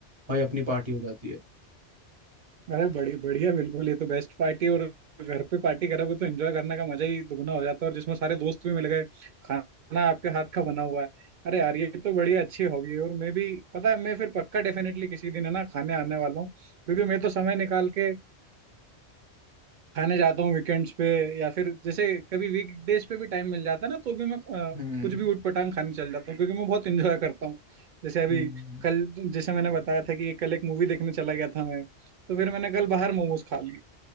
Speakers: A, on the right; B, on the right.
A: भाई अपनी पार्टी हो जाती है
B: अरे बढ़िया बढ़िया बिल्कुल ये तो बेस्ट पार्टी और घर पे पार्टी करोगे तो एंजॉय करने का मजा ही दुगना हो जाता है और जिसमें सारे दोस्त भी मिल गए खाना आपके हाथ का बना हुआ है अरे यार ये तो बढ़िया अच्छी हॉबी है और मैं भी पता है मैं फिर पक्का डेफिनेटली किसी दिन है ना खाने आने वाला हूँ क्योंकि मैं तो समय निकाल के खाने जाता हूँ वीकेंड्स पे या फिर जैसे कभी वीकडेज पे भी टाइम मिल जाता है ना तो भी मैं अ,
A: हम्म
B: कुछ भी ऊटपटांग खाने चल जाता हूँ क्योंकि मैं बहुत इंजॉय करता हूँ जैसे अभी
A: हम्म
B: कल जैसे मैंने बताया था कि कल एक मूवी देखने चला गया था मैं तो फिर मैंने कल बाहर मोमोज खा लिए